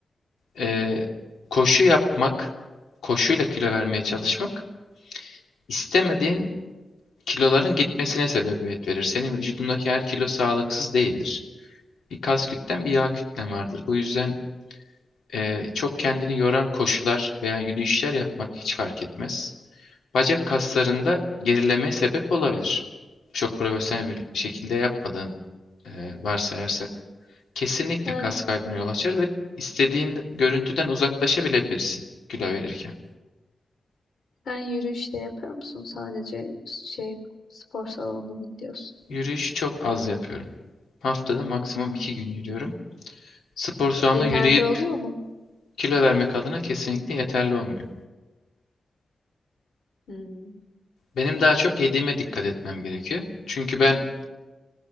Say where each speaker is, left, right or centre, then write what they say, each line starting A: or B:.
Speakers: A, on the left (about 85°); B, on the left (about 70°).
A: e, koşu yapmak, koşuyla kilo vermeye çalışmak istemediğin Kiloların gitmesine sebebiyet verir. Senin vücudundaki her kilo sağlıksız değildir. Bir kas kütlen bir yağ kütlen vardır. Bu yüzden e, çok kendini yoran koşular veya yürüyüşler yapmak hiç fark etmez. Bacak kaslarında gerilemeye sebep olabilir. Çok profesyonel bir şekilde yapmadığın e, varsayarsak kesinlikle
B: Sen
A: kas kaybına yol açar ve istediğin görüntüden uzaklaşabilebilirsin kilo verirken.
B: sen yürüyüş de yapıyor musun? Sadece şey spor salonuna mı gidiyorsun?
A: Yürüyüş çok az yapıyorum. Haftada maksimum iki gün yürüyorum. Spor salonunda
B: Yeterli
A: yürüyüp
B: oluyor mu?
A: Kilo vermek adına kesinlikle yeterli olmuyor.
B: Hmm.
A: Benim daha çok yediğime dikkat etmem gerekiyor. Çünkü ben